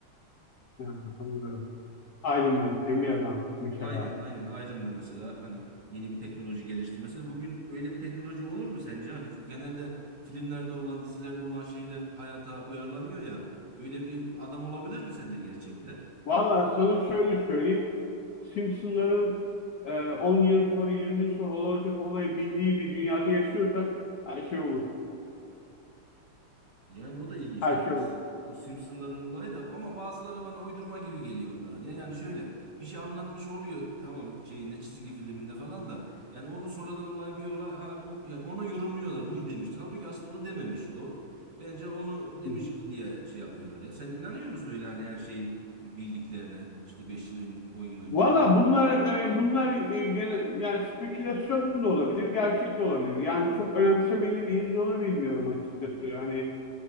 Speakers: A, on the left; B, on the right.
A: Ha, anlıyorum. Iron
B: Evet.
A: Man, Demir Adam mesela.
B: Aynen aynen Iron Man mesela hani yeni bir teknoloji gelişti. Mesela bugün öyle bir teknoloji olur mu sence? Hani fi- genelde filmlerde olan dizilerde olan şeyler hayata uyarlanıyor ya. Öyle bir adam olabilir mi sence gerçekte?
A: Valla sana şöyle söyleyeyim. Simpsonların e, 10 yıl sonra 20 yıl sonra olacak olayı bildiği bir dünyada yaşıyorsak her şey olur.
B: Yani o da ilginç
A: Her
B: tabii.
A: şey
B: O,
A: olur.
B: o Simpson'ların olayı da ama bazıları bana uydurma gibi geliyor onların. Ya yani şöyle bir şey anlatmış oluyor tamam şeyinde çizgi filminde falan da yani onu sonradan olan bir olay ha bu yani ona yorumluyorlar bunu demiş. Halbuki aslında onu dememiş o. Bence onu demiş
A: Hı hı.
B: ki diye şey yapıyorlar ya. Sen inanıyor musun öyle hani her şeyin bildiklerine işte 5 yıl önce 10 yıl önce?
A: Valla bunlar e, bunlar e, gene yani spekülasyon da olabilir, gerçek de olabilir. Yani çok önemsemeli miyiz onu bilmiyorum açıkçası. Yani